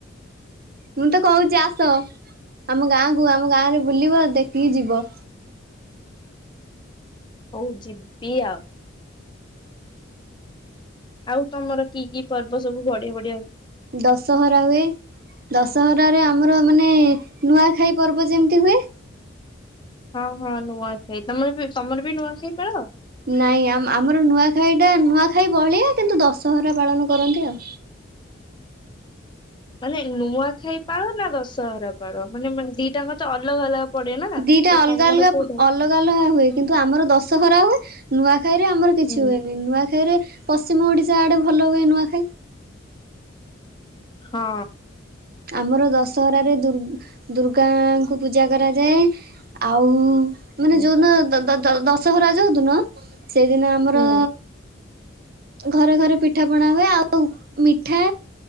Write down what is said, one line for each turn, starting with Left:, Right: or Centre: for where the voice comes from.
Right: ମୁଁ ତ କହୁଛି ଆସ ଆମ ଗାଁକୁ ଆମ ଗାଁ ରେ ବୁଲିବ ଦେଖିକି ଯିବ।
Left: ହଉ ଯିବି ଆଉ। ଆଉ ତମର କି କି ପର୍ବ ସବୁ ବଢିଆ ବଢି
Right: ଦଶହରା ହୁଏ ଦଶହରାରେ ଆମର ମାନେ ନୂଆ ଖାଇ ପର୍ବ ଯେମିତି ହୁଏ।
Left: ହଁ ହଁ ନୂଆଖାଇ ତମର ବି ତମର ବି ନୂଆଖାଇ ପାଳ।
Right: ନାଇଁ ଆମର ନୂଆଖାଇ ଟା ନୂଆଖାଇ ବହଳିଆ କିନ୍ତୁ ଦଶହରା ପାଳନ କରନ୍ତି ଆଉ।
Left: ମାନେ ନୂଆଖାଇ ପାଳ ନା ଦଶହରା ପାଳ ମାନେ ଦିଟାଙ୍କ ତ ଅଲଗା ଅଲଗା ପଡେ ନା।
Right: ଦିଟା
Left: ତ ତମର
Right: ଅଲଗା ଅଲଗା
Left: କୋଉଟା
Right: ଅଲଗା ଅଲଗା ହୁଏ। କିନ୍ତୁ ଆମର ଦଶହରା ହୁଏ ନୂଆ ଖାଇରେ ଆମର କିଛି
Left: ହୁଁ
Right: ହୁଏନି। ନୂଆଖାଇରେ ପ ପଶ୍ଚିମ ଓଡିଶା ଆଡେ ଭଲ ହୁଏ ନୂଆଖାଇ।
Left: ହଁ।
Right: ଆମର ଦଶହରାରେ ଦୁର୍ ଦୁର୍ଗାଙ୍କୁ ପୂଜା କରାଯାଏ। ଆଉ ମାନେ
Left: ହୁଁ।
Right: ଯୋଉଦିନ ଦଦ୍ ଦଦ୍ ଦଶହରା ଯୋଉ ଦିନ। ସେଇଦିନ ଆମର।
Left: ହୁଁ
Right: ଘରେ ଘରେ ପିଠା ପଣା ହୁଏ। ଆଉ ମିଠା